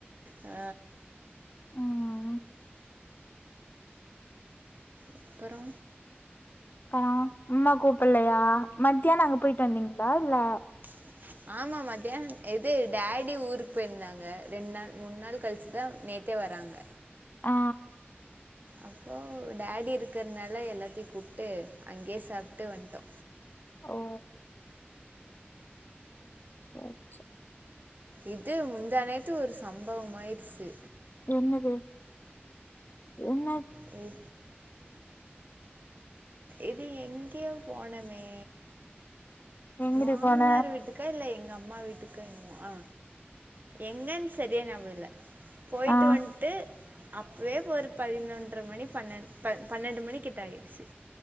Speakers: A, on the right (about 45°); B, on the left (about 45°).
A: ஆ
B: ஆ ஆ
A: அப்பறொ
B: பா அம்மா கூப்பட்லையா மத்தியானோ அங்க போயிட்டு வந்தீங்களா இல்ல
A: <inaudible> ஆமா மத்தியானோ எது டாடி ஊருக்கு போயிருந்தாங்க ரெண்டு நாள் மூணு நாள் கழிச்சுதா நேத் த்தே வராங்க
B: ஆ
A: அப்போ டாடி இருக்கறனால எல்லாத்தயு கூப்ட்டு அங்கயே சாப்ட்டு வண்ட்டோ
B: ஓ சேரி சேரி
A: இது முந்தா நேத்து ஒரு சம்பவமாயிருச்சு
B: என்னது என்ன
A: எ இது எங்கயோ போனமே
B: எங்கடி
A: மாம்னார்
B: போன
A: வீட்டுக் கா இல்ல எங்க அம்மா வீட்டுக்கு என்னவோ ஆ எங்கன்னு சரியா ஞாபகோ இல்ல போய்ட்டு
B: ஆ
A: வண்ட்டு அப்வே ஒரு பதினொன்ற மணி பன்னெ ப பன்னெண்டு மணிக் கிட்ட ஆய்டுச்சு